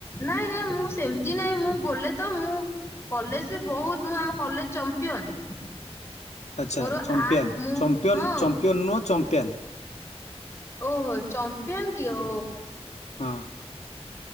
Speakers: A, on the left (about 25°); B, on the left (about 85°).
A: ନାଇଁ ନାଇଁ ମୁଁ ସେମତି ନାଇଁ ମୁଁ ବୋଲେ ତ ମୁଁ କଲେଜ ବହୁତ ମୁଁ ଆମ କଲେଜ ଚମ୍ପିୟନ।
B: ଆଚ୍ଛା
A: ମୋର
B: ଚମ୍ପିଆନ୍
A: ଆର୍ଟ ମୁଁ
B: ଚମ୍ପିୟ
A: ହଁ
B: ଚମ୍ପିୟନ୍ ନୁହଁ ଚମ୍ପିଆନ୍।
A: ଓହୋ ଚମ୍ପିୟନ କି ଓ।
B: ହଁ।